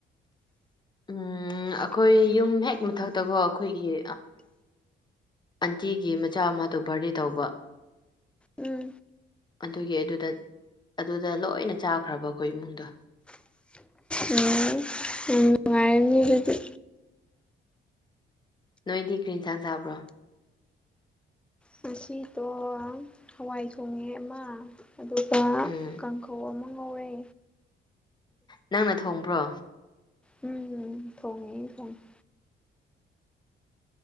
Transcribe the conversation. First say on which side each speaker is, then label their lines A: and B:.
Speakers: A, on the left (about 20°); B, in the centre.
A: ꯎꯝ ꯑꯩꯈꯣꯏ ꯌꯨꯝ ꯍꯦꯛ ꯃꯊꯛꯇꯀꯣ ꯑꯩꯈꯣꯏꯒꯤ ꯑꯟꯇꯤꯒꯤ ꯃꯆꯥ ꯑꯃꯗꯨꯣ ꯕꯥꯔꯗꯦ ꯇꯧꯕ
B: ꯎꯝ
A: ꯑꯗꯨꯒꯤ ꯑꯗꯨꯗ ꯑꯗꯨꯗ ꯂꯣꯏꯅ ꯆꯥꯈ꯭ꯔꯕ ꯑꯩꯈꯣꯏ ꯏꯃꯨꯡꯗꯣ
B: ꯎꯝ ꯌꯥꯝ ꯅꯨꯡꯉꯥꯏꯔꯅꯤ ꯑꯗꯨꯗꯤ
A: ꯅꯣꯏꯗꯤ ꯀꯔꯤ ꯌꯦꯟꯁꯥꯡ ꯆꯥꯕ꯭ꯔꯣ
B: ꯉꯁꯤꯗꯣ ꯍꯋꯥꯏ ꯊꯣꯡꯉꯦ ꯑꯃ ꯑꯗꯨꯒ
A: ꯎꯝ
B: ꯀꯥꯡꯈꯧ ꯑꯃ ꯉꯧꯔꯦ
A: ꯅꯪꯅ ꯊꯣꯡꯕ꯭ꯔꯣ
B: ꯎꯝ ꯎꯝ ꯊꯣꯡꯉꯤ ꯊꯣꯡꯉꯤ